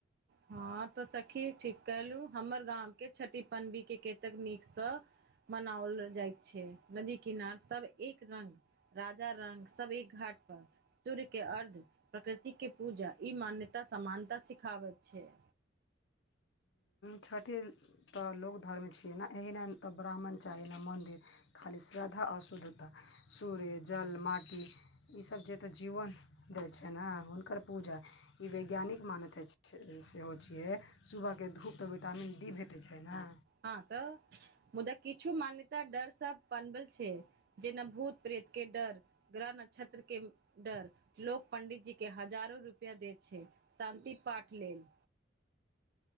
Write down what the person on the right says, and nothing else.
हँ तऽ सखी ठीक कहलु हमर गामं के छठी पनवी के कतेक नीकसँ मनाओल जाइत छै नदी किनार सब एक रंग राजा रंक सब एक घाट पर सूर्य के अर्ध प्रकृति के पूजा ई मान्यता समानता सिखाबैत छैय
हँ तऽ मुदा किछु मान्यता डर सब बनबल छै जेना भूत प्रेत के डर ग्रह नक्षत्र के डर लोक पंडितजी के हजारो रुपया दे छै शान्ति पाठ लेल